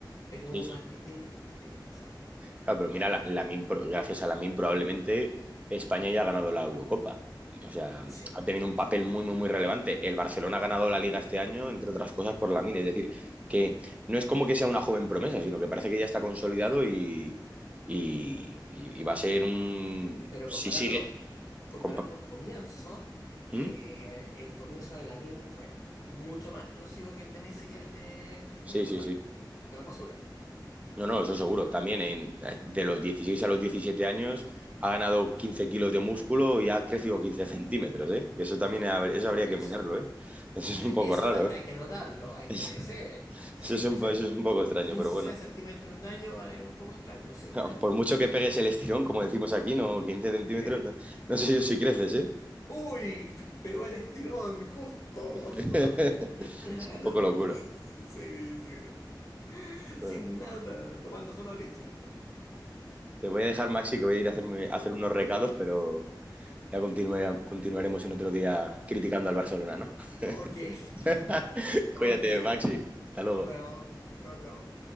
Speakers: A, on the left; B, on the right.
A: pero hubo
B: sí, sí,
A: marketing desde que empezaron.
B: Claro, pero mira, la, Lamin Pro- gracias a Lamin probablemente España ya ha ganado la Eurocopa. O sea,
A: Sí,
B: ha tenido un
A: sí.
B: papel muy, muy, muy relevante. El Barcelona ha ganado la Liga este año, entre otras cosas, por Lamin. Es decir, que no es como que sea una joven promesa, sino que parece que ya está consolidado y, y, y- y va a ser un...
A: pero
B: Si
A: comparándolos
B: sigue...
A: comparando
B: compa-
A: los comienzos, eh,
B: ¿Mm?
A: el comienzo de Lamine fue mucho más explosivo que el de Messi y el de Cristiano
B: Sí,
A: Ronaldo.
B: sí, sí.
A: Te lo puedo asegurar.
B: No, no, eso seguro. También en, eh, de los 16 a los 17 años ha ganado 15 kilos de músculo y ha crecido 15 centímetros, ¿eh? Y eso también hab- eso habría
A: Eso,
B: que mirarlo, ¿eh? Eso es un poco
A: eso
B: raro,
A: da-
B: ¿eh?
A: hay que anotarlo, hay
B: Eso,
A: que, ese, sí,
B: eso es un,
A: crecer
B: po- eso es un poco extraño,
A: 15
B: pero bueno.
A: centímetros en un año es un poco extraño, sí.
B: <laughs> Por mucho que pegues el estirón, como decimos aquí, no, 15 centímetros,
A: Que-
B: no, no sé yo si creces, ¿eh?
A: uy, pegó el estirón justo.
B: <laughs>
A: <laughs>
B: Es un
A: A los
B: poco locura.
A: 16, 17.
B: Bueno,
A: Sin nada, tomando solo leche.
B: te voy a dejar, Maxi, que voy a ir a, hacerme,
A: Ya
B: a hacer
A: pues.
B: unos recados, pero ya continuare- continuaremos en otro día criticando al
A: O-
B: Barcelona, ¿no?
A: ok,
B: <laughs>
A: <laughs> ok.
B: Cuídate, Maxi. Hasta luego.
A: Nos vemos. Chao, chao.